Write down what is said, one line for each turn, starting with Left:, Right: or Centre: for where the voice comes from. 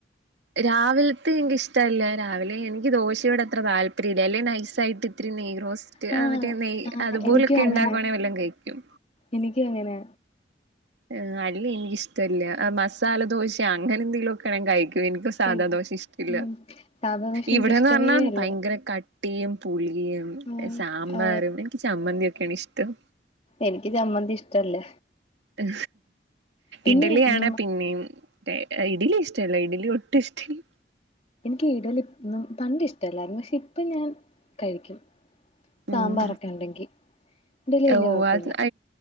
Right: രാവിലത്തെ എനിക്കിഷ്ടല്ല രാവിലെ എനി ക്ക് ദോശയോടത്ര താല്പര്യമില്ല അല്ലെ നൈ സയ്ട്ട് ത്തിരി നെയ്യ് റോസ്റ്റ്
Left: ആ
Right: മറ്റെ നെയ്
Left: ആ
Right: അതുപോലൊക്കെ
Left: എനിക്കും അങ്ങനെ
Right: ഉണ്ടാക്കുവാണെ വല്ലാം കഴിക്കും
Left: എനിക്കും അങ്ങനെ
Right: ആ അല്ല എനിക്കിഷ്ടവില്ല മസാല ദോശ അങ്ങനെ എന്തെങ്കിലും ഒക്കെ ആണെങ്കി കഴിക്കും എനിക്കും സാധാ
Left: കഴിക്കും
Right: ദോഷ ഇഷ്ടില്ല
Left: ഉം സാധാ ദോശ
Right: ഇവിടെന്ന്
Left: എനിക്ക് ഇഷ്ടവേ
Right: പറഞ്ഞാ
Left: അല്ല
Right: ഭയങ്കര ക ടിയം പുളി യും
Left: ഉം
Right: സാമ്പാറും
Left: ഓ
Right: എനിക്ക് ചമ്മന്തി ഒക്കെയാണ് ഇഷ് ത്തം
Left: എനിക്ക് ചമ്മന്തി ഇഷ്ടല്ല
Right: ഉ
Left: പിന്നെ
Right: ഇഡലിയ
Left: ഉം
Right: ആാണ് പിന്നെയും ഇഡ്ലി ഇഷ്ടല്ല ഇഡലി ഒട്ടും ഇഷ്ട ഇല്ല
Left: ക്ക്ഈടല ഇന്നും പണ്ട് ഇഷ്ടല്ലായിരുന്നു പക്ഷെ തിപ്പ് ഞാൻ കഴിക്കും സാമ്പാറൊക്കെ
Right: ഉം
Left: ഉണ്ടെങ്കി ഇന്തലല് വല്ിയ
Right: ഓ
Left: കൊഴപ്പില്ല
Right: അത്